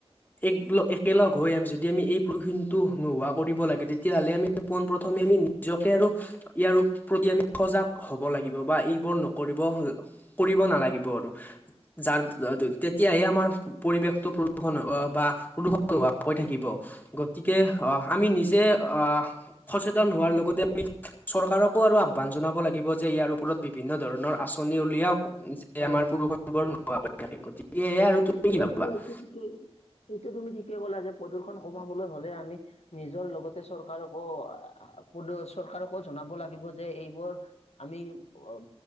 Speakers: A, on the left; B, on the left.
A: এক একেলগ হৈ আম যদি। যদি আমি এই প্ৰদূষণটো নোহোৱা কৰিব লাগে। তেতিয়া হ'লে আমি পোন প্ৰথমে আমি নিজকে আৰু ইয়াৰ প্ৰতি আমি সজাগ হ'ব লাগিব বা এইবোৰ নকৰিব। কৰিব নালাগিব আৰু যাৰ তেতিয়াহে আমাৰ। পৰিৱেশটো প্ৰদূষণ বা প্ৰদূৰণ হ হৈ থাকিব। গতিকে আহ আমি নিজে আহ সচেতন হোৱাৰ লগতে আমি। চৰকাৰকো আৰু আহ্বান জনাব লাগিব যে ইয়াৰ ওপৰত বিভিন্ন ধৰণৰ আচৰণি। উলিয়াওক যে
B: হয়
A: আমাৰ
B: হয়
A: প্ৰদূষণ বোৰ নোহোৱা থাকে গতিকে আৰু।
B: হয়
A: কি ভাবা?
B: তুমি এইটো ঠিকেই এইটো তুমি ঠিকেই ক'লা যে প্ৰদূষণ কমাবলৈ হ'লে আমি। নিজৰ লগতে চৰকাৰকো পুনৰ চৰকাৰকো জনাব লাগিব যে এইবোৰ। আমি। অ'